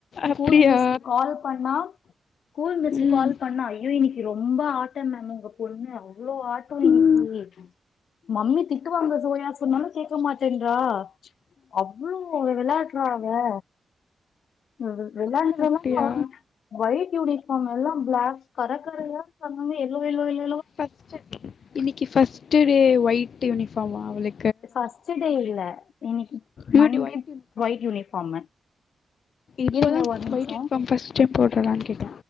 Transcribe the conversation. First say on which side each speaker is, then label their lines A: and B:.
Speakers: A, on the left (about 75°); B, on the left (about 60°).
A: ஸ்கூல்
B: அப்டியா
A: மிஸ்க்கு கால் பண்ணா ஸ்கூல் மிஸ்கு
B: ம்
A: கால் பண்ணா ஐயோ இன்னிக்கு ரொம்ப ஆட்ட மேம் உங்க பொண்ணு அவ்ளோ ஆட்டொ இன்னிக்கி
B: ம்
A: மம்மி திட்டுவாங்க சோயா சொன்னாலு கேக்க மாட் டென்றா அவ்ளோ வெளையாட்றா ஏ உம் வெளாண்டு
B: அப்டியா
A: வெளான்டு அவ ஒயிட் யூனிஃபார்ம் எல்லா பிளாக் கர கரையாக்கு எல்லாமே எல்லோ எல்லோ எல்லோ
B: ஃபர்ஸ்ட்டு இன்னிக்கு ஃபர்ஸ் ட்டு டே ஒயிட் யூனிஃபார்மா அவளுக்
A: ஃபர்ஸ்ட்டு டே இல்ல இன்னிக்கு
B: யூனி
A: Monday
B: white uniform
A: white uniform
B: இப்பதா
A: இருங்க ஒரு நிமிஷொ
B: ஒயிட் யூனிஃபார்ம் ஃபஸ்ட் டைம் போட்றாளான்னு கேட்டே